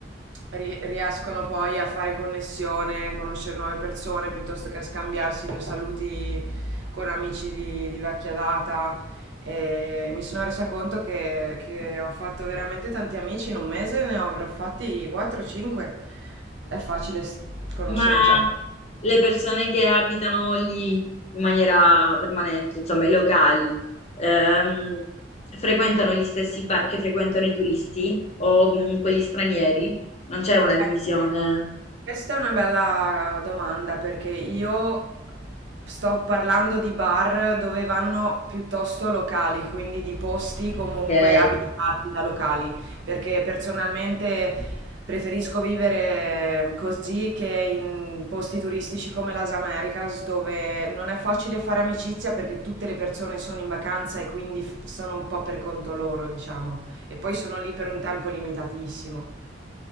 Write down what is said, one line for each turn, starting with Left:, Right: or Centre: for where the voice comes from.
Right: ri- riescono
Left: Mhm.
Right: poi a fare connessione, conoscere nuove persone, piuttosto che a scambiarsi due saluti con amici di, di vecchia data. E mi sono resa conto che, che ho fatto veramente tanti amici in un mese, ne avrò fatti 4-5. È facile s- conoscere
Left: ma
Right: gente.
Left: le persone che abitano lì in maniera permanente, insomma i locali, ehm, frequentano gli stessi bar che frequentano i turisti o comunque gli stranieri? Non c'è una divisione?
Right: Ecco, Questa è una bella domanda perché io sto parlando di bar dove vanno piuttosto locali, quindi di posti comunque
Left: Ok.
Right: abitati da locali, perché personalmente preferisco vivere così che in posti turistici come Las Americas dove non è facile fare amicizia perché tutte le persone sono in vacanza e quindi f- sono un po' per conto loro, diciamo, e poi sono lì per un tempo limitatissimo.